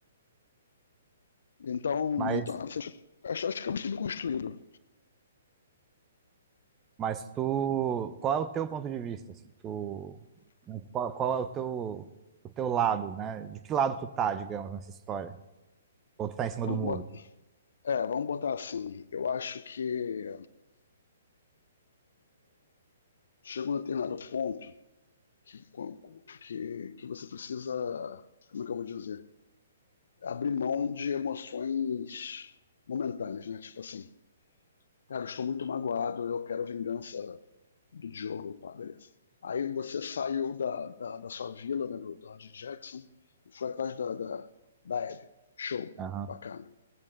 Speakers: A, on the left; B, on the right.
A: Então,
B: Mas,
A: então assim, acho, acho que é muito bem construído.
B: mas tu, qual é o teu ponto de vista, assim, tu, né, qual, qual é o teu, o teu lado, né? De que lado tu tá, digamos, nessa história? Ou tu tá em cima
A: Vamos
B: do muro?
A: botar, é, vamos botar assim. Eu acho que chega um determinado ponto que, que, que você precisa. Como é que eu vou dizer? abrir mão de emoções momentâneas, né? Tipo assim, cara, eu estou muito magoado, eu quero vingança do Diogo, pá, beleza. Aí você saiu da, da, da sua vila, né, do George Jackson, e foi atrás da, da, da Abby. Show,
B: Aham,
A: bacana.